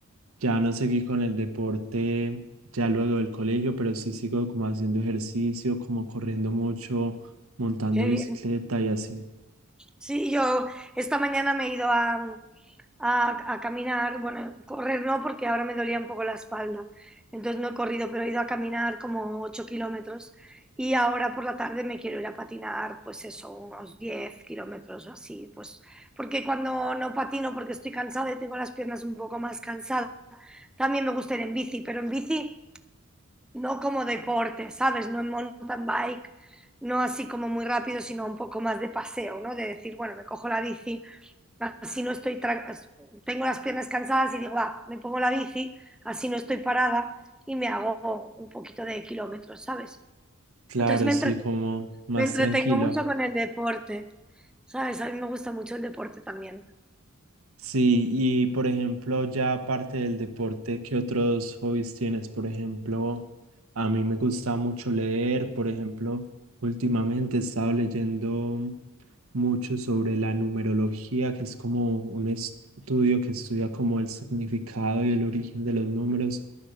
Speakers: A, on the right; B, in the centre.
A: ya no seguí con el deporte ya luego del colegio, pero sí sigo como haciendo ejercicio, como corriendo mucho, montando
B: Qué
A: bicicleta
B: bien.
A: y así.
B: Sí, yo esta mañana me he ido a, a- a caminar, bueno, correr no, porque ahora me dolía un poco la espalda, entonces no he corrido, pero he ido a caminar como 8 kilómetros y ahora por la tarde me quiero ir a patinar, pues eso, unos 10 kilómetros o así, pues porque cuando no patino, porque estoy cansada y tengo las piernas un poco más cansadas, también me gusta ir en bici, pero en bici no como deporte, ¿sabes? No en mountain bike, no así como muy rápido, sino un poco más de paseo, ¿no? De decir, bueno, me cojo la bici, así no estoy, tra- tengo las piernas cansadas y digo, va, me pongo la bici, así no estoy parada y me hago un poquito de kilómetros, ¿sabes?
A: Claro,
B: Entonces me
A: sí,
B: entretengo,
A: como más
B: me entretengo
A: tranquilo.
B: mucho con el deporte, ¿sabes? A mí me gusta mucho el deporte también.
A: Sí, y por ejemplo, ya aparte del deporte, ¿qué otros hobbies tienes? Por ejemplo, a mí me gusta mucho leer, por ejemplo, últimamente he estado leyendo mucho sobre la numerología, que es como un estudio que estudia como el significado y el origen de los números.